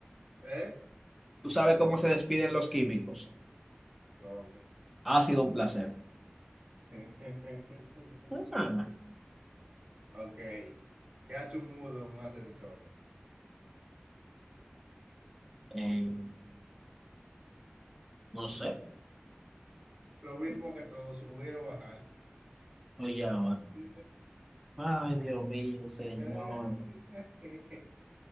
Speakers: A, on the right (about 45°); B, in the centre.
A: ¿Eh?
B: Tú sabes cómo se despiden los químicos.
A: ¿Cómo?
B: Ha sido un placer.
A: <laughs>
B: <laughs> Ajá.
A: Ok. ¿Qué hace un mudo en un ascensor?
B: Eh, no sé.
A: Lo mismo que todo subir o bajar.
B: Oye, ahora.
A: <laughs>
B: Ay, Dios mío, señor.
A: Ay.